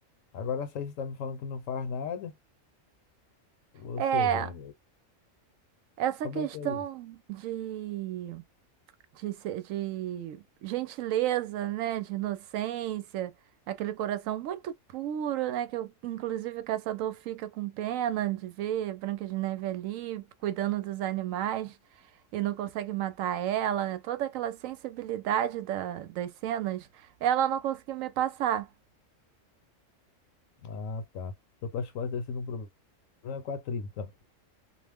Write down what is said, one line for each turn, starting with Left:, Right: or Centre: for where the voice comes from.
Left: agora essa aí você tá me falando que não faz nada. Ou
Right: É,
Left: seja,
Right: essa
Left: como
Right: questão
Left: é que é isso?
Right: de de, se- de gentileza, né, de inocência, aquele coração muito puro, né, que eu- inclusive o caçador fica com pena de ver Branca de Neve ali cuidando dos animais e não consegue matar ela, né, toda aquela sensibilidade da- das cenas, ela não conseguiu me passar.
Left: Ah, tá. Então tuas fotos devem ser um problema com a atriz, então.